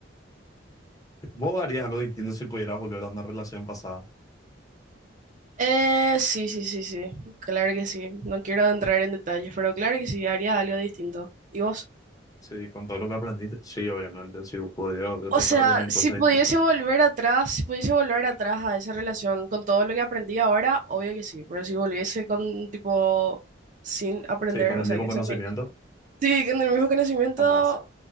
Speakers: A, on the left (about 20°); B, on the right (about 40°).
A: ¿vos harías algo distinto si pudieras volver a una relación pasada?
B: Eh, sí, sí, sí, sí, claro que sí. No quiero entrar en detalles, pero claro que sí, haría algo distinto. ¿Y vos?
A: Sí, con todo lo que aprendiste. Sí, obviamente, si pudiera volver al
B: O
A: pasado,
B: sea,
A: harías mil
B: si
A: cosas
B: pudiese
A: distintas.
B: volver atrás, si pudiese volver atrás a esa relación con todo lo que aprendí ahora, obvio que sí, pero si volviese con tipo sin aprender,
A: Sí, con el
B: o sea,
A: mismo
B: que
A: conocimiento,
B: sea muy- Sí, con el mismo conocimiento,
A: jamás.